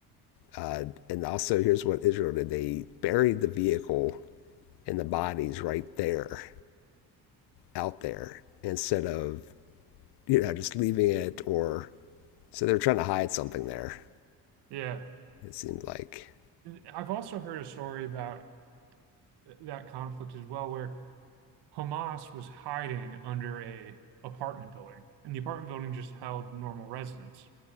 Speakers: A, on the left; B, on the right.
A: Uh, and also, here's what Israel did: they buried the vehicle and the bodies right there, out there, instead of you know just leaving it or so they're trying to hide something there.
B: Yeah.
A: It seems like
B: I've also heard a story about uh, that conflict as well, where Hamas was hiding under a apartment building, and the apartment building just held normal residents.